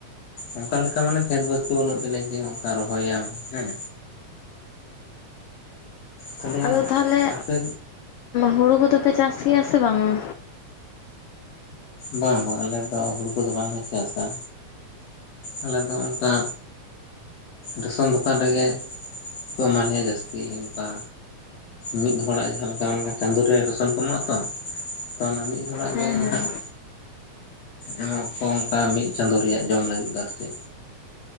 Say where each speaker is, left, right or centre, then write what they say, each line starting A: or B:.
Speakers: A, on the left; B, on the left.
A: ᱚᱱᱠᱟ ᱞᱮᱠᱟ ᱢᱟᱱᱮ ᱠᱷᱮᱛ ᱵᱟᱹᱫᱽ ᱠᱚ ᱵᱟᱹᱱᱩᱜ ᱛᱟᱞᱮᱭᱟ ᱡᱮ ᱚᱱᱠᱟ ᱨᱚᱦᱚᱭᱟᱢ ᱦᱮᱸ᱾ ᱛᱟᱦᱚᱞᱮ
B: ᱟᱫᱚ ᱛᱟᱦᱚᱞᱮ
A: ᱟᱯᱮ
B: ᱦᱩᱲᱩ ᱠᱚᱫᱚ ᱯᱮ ᱪᱟᱥ ᱜᱮᱭᱟ ᱥᱮ ᱵᱟᱝᱟ?
A: ᱵᱟᱝ ᱵᱟᱝ ᱟᱞᱮ ᱫᱚ ᱦᱩᱲᱩ ᱠᱚᱫᱚ ᱵᱟᱝᱞᱮ ᱪᱟᱥᱟ᱾ ᱟᱞᱮ ᱫᱚ ᱚᱱᱠᱟ ᱨᱮᱥᱚᱱ ᱫᱚᱠᱟᱱ ᱨᱮᱜᱮ ᱠᱚ ᱮᱢᱟ ᱞᱮᱭᱟ ᱡᱟᱹᱥᱛᱤ᱾ ᱚᱱᱠᱟ ᱢᱤᱫ ᱦᱚᱲᱟᱜ ᱡᱟᱦᱟ ᱞᱮᱠᱟ ᱪᱟᱸᱫᱳ ᱨᱮ ᱨᱮᱥᱚᱱ ᱠᱚ ᱮᱢᱚᱜ ᱟᱛᱚ ᱛᱚ ᱚᱱᱟ ᱢᱤᱫ ᱦᱚᱲᱟᱜ
B: ᱦᱮᱸ
A: ᱜᱮ
B: ᱦᱮᱸ
A: ᱦᱟᱸᱜ ᱮᱢᱚᱜ ᱟᱚ ᱚᱱᱠᱟ ᱢᱤᱫ ᱪᱟᱸᱫᱳ ᱨᱮᱭᱟᱜ ᱡᱚᱢ ᱞᱟᱹᱜᱤᱫ ᱫᱚ ᱟᱨᱠᱤ᱾